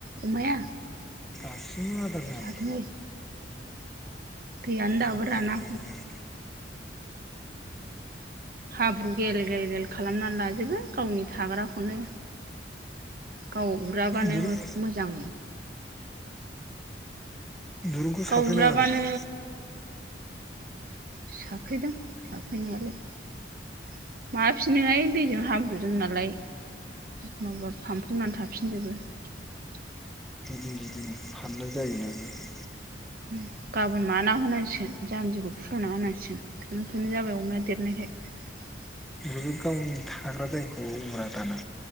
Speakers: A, on the right; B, in the centre.
A: अमाया
B: बास जादार जानो
A: थाथोंहाय दैयानो
B: फाग्लाथारलै
A: दाबो रानना
B: बे अमाया
A: हाब्रु गेल गेल गेल खालामनानै लाजोबो गावनि थाग्राखौनो गाव उराबानो
B: दुरु
A: मोजां।
B: दुरुंखौ
A: गाव
B: साफ्रेनाङाखै
A: उराबानो
B: दहाय।
A: <inaudible>
B: <inaudible> <inaudible>
A: <inaudible>
B: बेबो गावनि थाग्रा जायगाखौ उरा दाना।